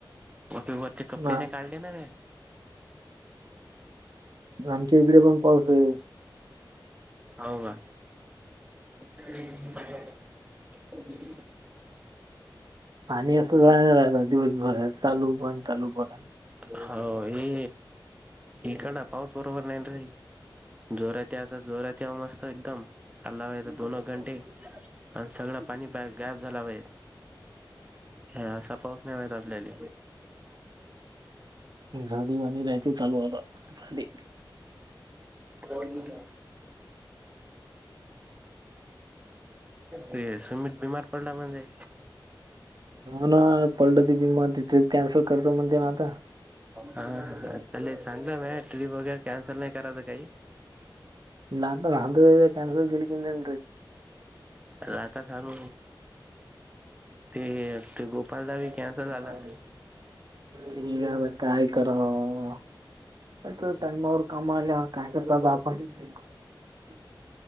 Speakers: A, on the right (about 15°); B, on the right (about 60°).
A: म ते कपडे
B: हा
A: नाही काढले नवे
B: आमच्या इकडे पण पाऊस आहे.
A: हो का? <unintelligible> <inaudible>
B: आणि असं राहणार आता, दिवसभरात, चालू बंद, चालू बंद.
A: हो, हे इकड पाऊस बरोबर नाही रे, जोरात याचा जोरात या मस्त एकदम. अल्ला वेत दोन घंटे, आणि सगळं पाणी गायप झाला होय. हा, असा पाऊस नाही माहित आपल्याले.
B: झाडी बनी राहयते चालू आता, झाडी
A: <unintelligible> <inaudible> ते सुमीत बिमार पडला म्हणे
B: हो ना, पडलं ती म ट्रिप कॅन्सल करतो, म्हणते ना आता.
A: हा तेले सांगलं मे, ट्रिप वगैरे कॅन्सल नाही करायचं काही.
B: ला <unintelligible> कॅन्सल केली ट्री
A: लाता खान ते ते गोपालदाबी
B: ट्रिप
A: कॅन्सल झाला.
B: ठीक आहे, म काय करावं. <unintelligible> मर कामला काय करत <unintelligible>